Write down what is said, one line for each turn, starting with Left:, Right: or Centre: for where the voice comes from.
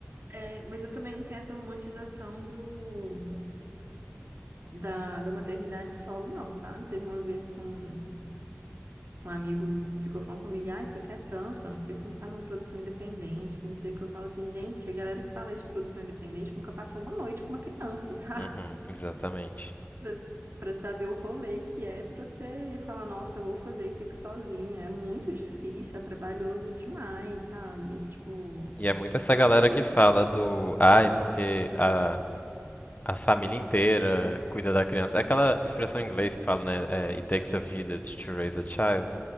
Right: É, mas eu também não tenho essa romantização do, da, da maternidade solo, não, sabe? Teve uma vez que um, um amigo ficou falando comigo, ai, você quer tanto, mano, por que que você não faz uma produção independente? Que não sei o que eu falo assim, gente, a galera que fala de produção independente nunca passou uma noite com uma criança, <laughs> sabe?
Left: Uhum, exatamente.
Right: Pra, pra saber o rolê que é pra você falar, nossa, eu vou fazer isso aqui sozinha. É muito difícil, é trabalhoso demais, sabe? Tipo,
Left: E é muito essa
Right: eu
Left: galera
Right: prefiro.
Left: que fala do, ai, porque a, as família inteira cuida da criança. É aquela expressão em inglês que fala, né? É, It takes a village to raise a child.